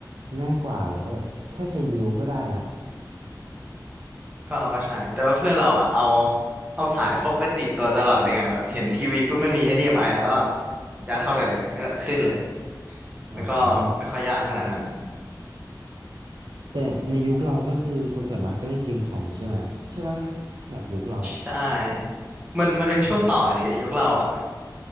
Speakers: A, on the right (about 75°); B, on the right (about 15°).
A: ง่ายกว่าแล้วก็แค่ใช้นิ้วก็ได้ละ
B: ก็ก็ใช่แต่ว่าเพื่อนเราอ่ะเอาเอาสายพกไปติดตัวตลอดเลยไงแบบเห็นทีวีปุ๊บมันมี HDMI แล้วก็ยัดเข้าไปเลยแล้วก็ขึ้นเลย
A: อ่า
B: มันก็ไม่ค่อยยากขนาดนั้น
A: แต่ในยุคเราก็คือคนส่วนมากก็เล่นเกมคอมใช่ไหมใช่ปะแบบยุคเราอ่ะ
B: ใช่มันมันเป็นช่วงต่อดิยุคเราอ่ะ